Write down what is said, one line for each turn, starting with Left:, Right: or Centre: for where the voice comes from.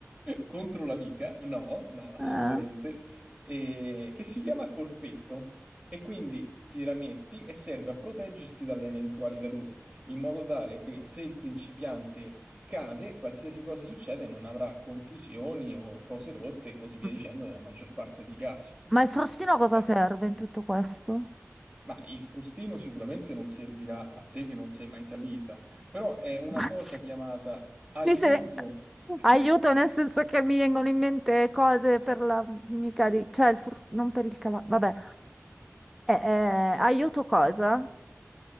Right: contro l'amica, no, no, assolutamente,
Centre: fa?
Right: e- che si chiama corpetto e quindi ti la metti e serve a proteggerti dalle eventuali cadute, in modo tale che se il principiante cade, qualsiasi cosa succede, non avrà contusioni o cose rotte e così via
Centre: Eh,
Right: dicendo nella maggior parte dei casi.
Centre: Ma il frustino a cosa
Right: Eh,
Centre: serve in tutto questo?
Right: Ma il frustino sicuramente non servirà a te che non sei mai salita, però è una
Centre: <laughs>
Right: cosa chiamata aiuto.
Centre: Mi se-
Right: <laughs>
Centre: Aiuto nel senso che mi vengono in mente cose per la mica di... cioè il fur- non per il cavallo, vabbè. Eh, eh, aiuto cosa?